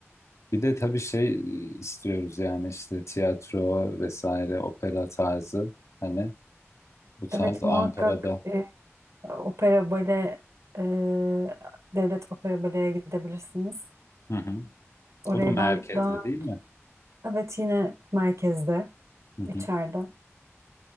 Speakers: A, on the left; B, on the right.
A: Bir de tabii şey istiyoruz yani işte tiyatro vesaire opera tarzı hani bu tarz
B: Evet
A: Ankara'da.
B: muhakkak e, opera bale e, devlet opera baleye gidebilirsiniz.
A: Hı hı.
B: Orayı
A: O da merkezde
B: ben daha
A: değil mi?
B: Evet yine merkezde,
A: Hı hı.
B: içeride.